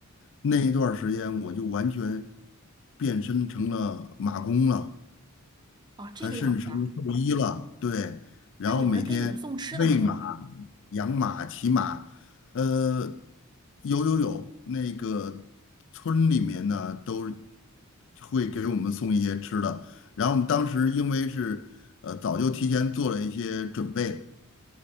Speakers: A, on the left (about 55°); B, on the right (about 20°).
A: 那一段儿时间我就完全变身成了马工了，
B: 哦，
A: 还甚至成了兽医了。
B: 这个样子啊。
A: 对，然后每天喂马、
B: 那有人给你们送吃的没有啊？
A: 养马、骑马，呃，有有有，那个村里面呢都会给我们送一些吃的，然后我们当时因为是呃早就提前做了一些准备。